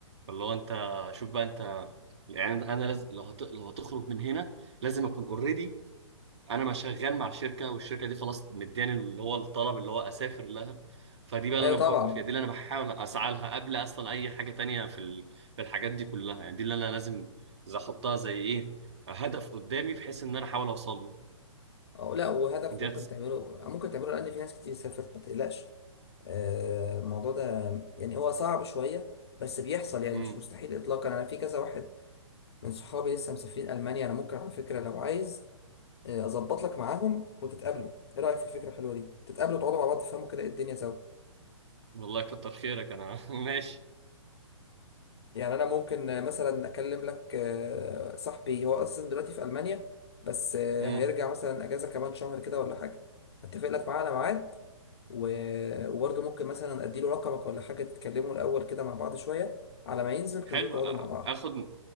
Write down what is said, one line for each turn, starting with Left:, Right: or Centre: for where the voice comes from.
Right: فاللي هو أنت شوف بقى أنت يعني أنا لازم لو هت... لو هتخرج من هنا لازم أكون أوريدي انا ما شغال مع شركه والشركه دي خلاص مداني اللي هو الطلب اللي هو اسافر لها فدي بقى اللي
Left: ايوه
Right: انا بفكر
Left: طبعا
Right: فيها دي اللي انا بحاول اسعى لها قبل اصلا اي حاجه تانية في ال- في الحاجات دي كلها يعني دي اللي انا لازم زي احطها زي ايه هدف قدامي بحيث ان انا احاول اوصل له
Left: أو لا وهدف
Right: ديت
Left: ممكن تعمله ممكن تعمله لان في ناس كتير سافرت ما تقلقش آه، الموضوع ده يعني هو صعب شوية بس بيحصل يعني
Right: امم
Left: مش مستحيل إطلاقا أنا في كذا واحد من صحابي لسه مسافرين ألمانيا أنا ممكن على فكرة لو عايز آه، أظبط لك معاهم وتتقابلوا إيه رأيك في الفكرة الحلوة دي؟ تتقابلوا تقعدوا مع بعض تفهموا كده إيه الدنيا سوا
Right: والله كتر خيرك انا <laughs> ماشي
Left: يعني أنا ممكن آه، مثلا أكلم لك آه، صاحبي هو أصلا دلوقتي في ألمانيا بس آه،
Right: امم
Left: هيرجع مثلا أجازة كمان شهر كده ولا حاجة هتفق لك معاه على ميعاد و- وبرضه ممكن مثلا اديله رقمك ولا حاجه تتكلموا الاول كده مع بعض شويه على ما ينزل
Right: حلو
Left: تنزلوا تقعدوا
Right: أ-
Left: مع بعض
Right: اخد